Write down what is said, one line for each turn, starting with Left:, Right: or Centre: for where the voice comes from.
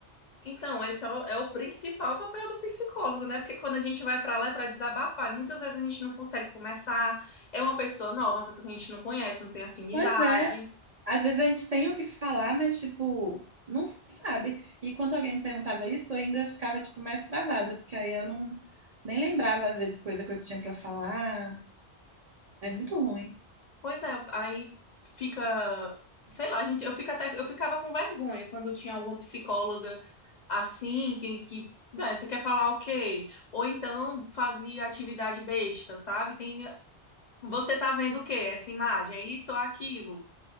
Left: então, esse é o, é o principal papel do psicólogo, né? Porque quando a gente vai para lá é para desabafar, e muitas vezes a gente não consegue começar. É uma pessoa nova, uma pessoa que a gente não conhece, não tem afinidade.
Right: Pois é, às vezes a gente tem o que falar, mas tipo, não sabe. E quando alguém me perguntava isso, eu ainda ficava tipo mais travada, porque aí eu não nem lembrava às vezes coisa que eu tinha pra falar. É muito ruim.
Left: Pois é, aí fica, sei lá, gente, eu fico até, eu ficava com vergonha quando tinha alguma psicóloga assim que, que "Ah, você quer falar o quê? Ou então fazia atividade besta, sabe? Tem, você tá vendo o quê? Essa imagem, é isso ou aquilo?